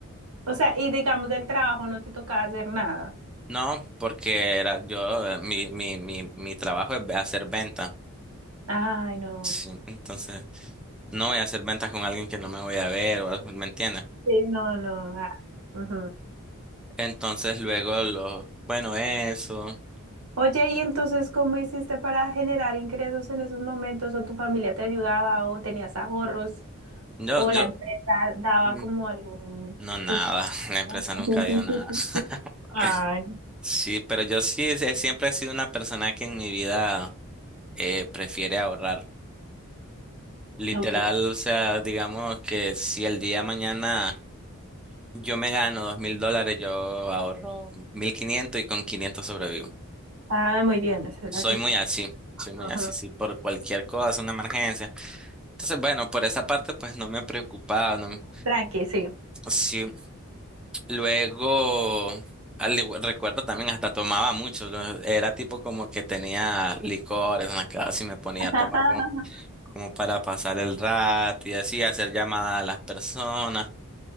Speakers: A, on the right; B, in the centre.
A: O sea, y digamos del trabajo no te tocaba hacer nada.
B: No, porque era yo, eh, mi, mi, mi, mi trabajo es hacer venta.
A: Ay, no.
B: Sí, entonces no voy a hacer ventas con alguien que no me voy a ver o algo, ¿me entiendes?
A: Sí, no, no. ah, ujú.
B: Entonces luego lo, bueno, eso.
A: Oye, ¿y entonces cómo hiciste para generar ingresos en esos momentos? ¿O tu familia te ayudaba o tenías ahorros?
B: Yo,
A: ¿O
B: yo,
A: la empresa daba
B: mm,
A: como algún
B: no nada,
A: tipo?
B: <laughs> la empresa
A: <laughs>
B: nunca dio nada. <laughs>
A: Ay,
B: Sí, pero yo sí eh, siempre he sido una persona que en mi vida eh, prefiere ahorrar. Literal,
A: ok.
B: o sea, digamos que si el día de mañana yo me gano dos mil dólares, yo ahorro mil quinientos y con quinientos sobrevivo.
A: Ah, muy bien, esa es
B: Soy
A: la actitud.
B: muy así, soy muy
A: Ajá.
B: así, sí, por cualquier cosa, una emergencia. Entonces, bueno, por esa parte, pues no me preocupaba, no, me-
A: Tranqui, sí.
B: sí. Luego, al igu- recuerdo también hasta tomaba mucho, ¿no? Era tipo como que tenía licores en la casa y me ponía
A: <laughs>
B: a tomar como, como para pasar el rato y así hacer llamadas a las personas.